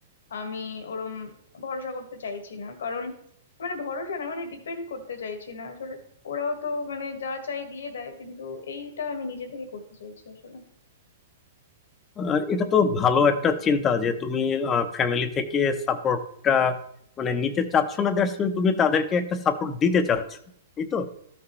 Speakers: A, on the left; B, on the left.
A: আমি ওরম ভরসা করতে চাইছি না কারণ মানে ভরসা না মানে ডিপেন্ড করতে চাইছি না আসলে ওরাও তো মানে যা চাই দিয়ে দেয় কিন্তু এইটা আমি নিজে থেকে করতে চাইছি আসলে
B: আহ, এটা তো ভালো একটা চিন্তা যে তুমি ফ্যামিলি থেকে সাপোর্টটা মানে নিতে চাচ্ছ না দ্যাটস মিন তুমি তাদেরকে একটা সাপোর্ট দিতে চাচ্ছ এই তো